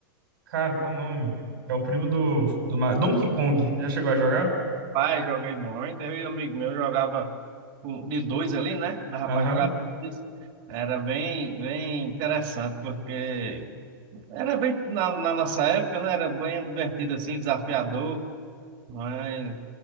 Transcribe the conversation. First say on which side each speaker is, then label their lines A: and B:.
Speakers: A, on the right; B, on the right.
A: Cara, qual o nome? É o primo do, do. Ma- Donkey Kong. Já chegou a jogar?
B: Pai, joguei muito. Eu e um amigo meu jogava com- de dois ali, né? Dava
A: Aham.
B: pra jogar dois. Era bem, bem interessante, porque era bem, na, na nossa época, né? Era bem divertido assim, desafiador. Mas